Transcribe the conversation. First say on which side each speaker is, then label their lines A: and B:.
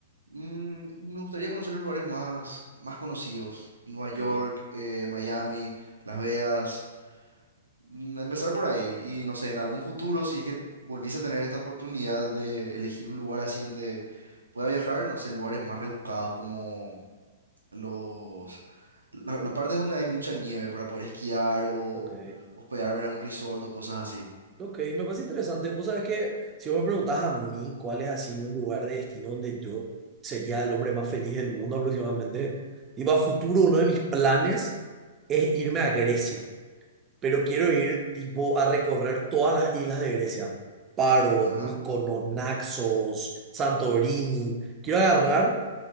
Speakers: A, on the right; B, on the right.
A: Mm, y me gustaría conocer los lugares más, más conocidos, Nueva
B: Ok.
A: York, eh, Miami, Las Vegas, Mm, empezar por ahí y no sé, en algún futuro, si es que volviese a tener esta oportunidad de elegir un lugar así donde pueda viajar, no sé, lugares más rebuscados como los, la- las partes donde hay mucha nieve para poder esquiar o
B: Ok,
A: hospedarme en algún resort o cosas así.
B: ok, me parece interesante. Vos sabés que si vos me preguntás a mí cuál es así un lugar de destino donde yo sería el hombre más feliz del mundo aproximadamente, tipo a futuro uno de mis planes es irme a Grecia, pero quiero ir tipo a recorrer todas las islas de Grecia, Paros,
A: Ajá.
B: Mykonos, Naxos, Santorini. Quiero agarrar,